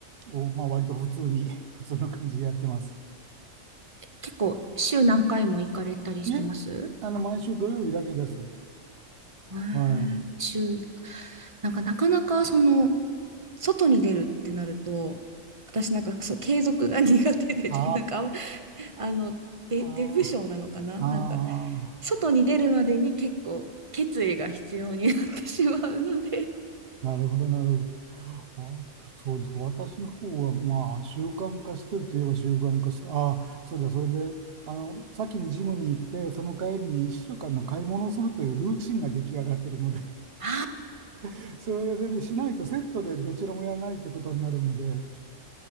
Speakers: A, on the right (about 55°); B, on the right (about 35°).
A: を、まあ、割と普通に <laughs> 普通の感じでやってます。
B: 結構週何回も行かれたりしてます
A: いえ、あの毎週土曜日だけです。
B: へー週1回。
A: はい。
B: なんかなかなかその、外に出るってなると、私なんかそう継続が苦手で、
A: あ
B: <laughs> なんかあんまあの、デ、
A: あ、あ
B: デブ症なのかななんか、
A: あ、ああ、
B: 外に出るまでに結構決意が必要になってしまうので、
A: なるほど、なるほど。あ、そうです。私の方は、まあ、習慣化してるといえば習慣化して、ああ、そうだ、それで、あの、先にジムに行って、その帰りに1週間の買い物をするというルーチンが出来上がってるので、
B: は
A: <laughs> それは全然しないとセットでどちらもやらないということになるので、